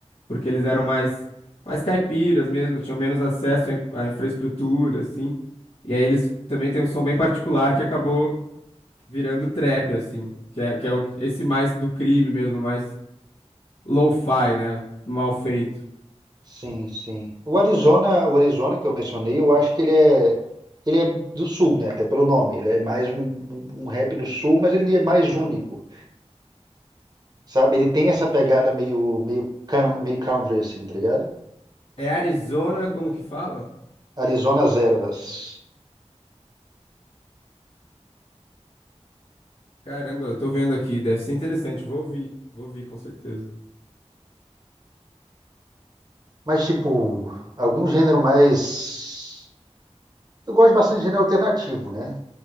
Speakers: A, on the left (about 75°); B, on the right (about 35°).
A: porque eles eram mais, mais caipiras mesmo, tinham menos acesso à in- à infraestrutura, assim. E aí eles também têm um som bem particular que acabou virando trap, assim, que é, que é o- esse mais do crime mesmo, mais lo-fi, né? Mal feito.
B: Sim, sim. O Arizona, o Arizona que eu mencionei, eu acho que ele é, ele é do sul, né? Até pelo nome. Ele é mais um, um um rap do sul, mas ele é mais único, sabe? Ele tem essa pegada meio, meio, coun- meio country, assim, tá ligado?
A: É Arizona, como que fala?
B: Arizona as Ervas.
A: Caramba, eu tô vendo aqui, deve ser interessante, vou ouvir, vou ouvir com certeza.
B: Mas, tipo, algum gênero mais. Eu gosto bastante de gênero alternativo, né?